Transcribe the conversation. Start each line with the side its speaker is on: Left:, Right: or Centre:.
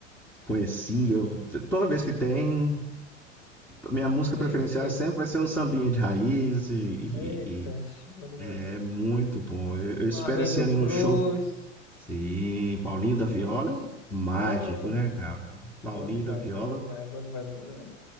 Centre: conhecia. Eu- Toda vez que tem, minha música
Left: Sim,
Centre: preferencial
Left: sim.
Centre: sempre vai ser um sambinha de raiz e, e-
Left: Eita,
Centre: e
Left: bom demais.
Centre: é muito bom. Eu, eu
Left: Um
Centre: espero
Left: Arlindo
Centre: esse ano
Left: Cruz.
Centre: ir no show do Sim, Paulinho da
Left: Mas.
Centre: Viola é um mágico,
Left: Oh,
Centre: né, cara? Paulinho
Left: bom demais,
Centre: da Viola.
Left: é bom demais, é bom demais, é bom demais.